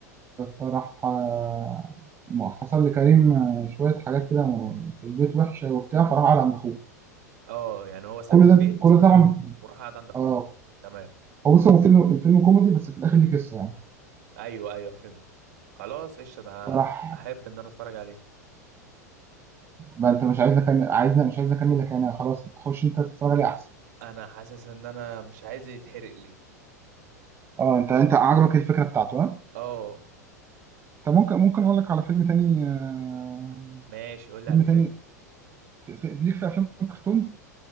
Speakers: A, on the right; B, on the right.
A: فراح آه، م- حصل لكريم آه، شوية حاجات كده م- في البيت وحشة وبتاع فراح قعد عند أخوه
B: اه يعني هو ساب
A: كل
B: البيت
A: ده كل ده طبعا
B: وراح قعد عند اخوه
A: اه
B: تمام
A: هو بص هو فيلم الفيلم كوميدي بس في الآخر ليه قصة يعني
B: ايوه ايوه فهمت خلاص قشطه انا
A: فراح
B: احب ان انا اتفرج عليه
A: ما أنت مش عايزنا كان... عايزنا مش عايزنا أكمل لك يعني خلاص تخش أنت تتفرج عليه أحسن
B: انا حاسس ان انا مش عايز يتحرق لي
A: اه انت انت عجبك الفكره بتاعته ها
B: اه
A: طب ممكن ممكن اقول لك على فيلم تاني آه،
B: ماشي قول لي
A: فيلم
B: على فيلم
A: تاني في- في- ليك في افلام الكرتون